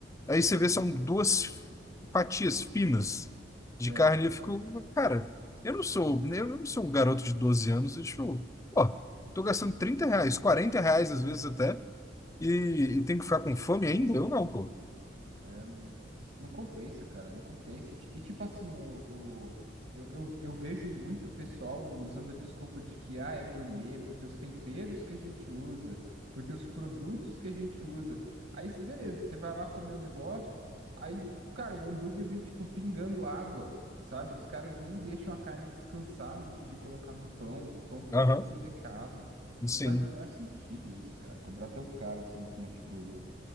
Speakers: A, on the left; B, on the right.
A: Aí você vê, são duas fatias finas de
B: é
A: carne. E eu fico, cara, eu não sou, eu não sou um garoto de 12 anos. Eu tipo, ó, tô gastando 30 reais, 40 reais às vezes até, e, e tenho que ficar com fome ainda? Eu não, pô.
B: É, não, não compensa, cara, não compensa. E, ti- e tipo assim, o, o- eu, eu, eu vejo muito pessoal usando a desculpa de que, ah, é gourmet, porque os temperos que a gente usa, porque os produtos que a gente usa. Aí, se- beleza, você vai lá comer o negócio, aí, cara, o hambúrguer vem, tipo, pingando água, sabe? Os caras nem deixam a carne descansar antes de colocar no pão, o pão fica
A: Aham,
B: todo melecado.
A: sim.
B: Não faz o menor sentido isso, cara, cobrar tão caro assim esse smash burger.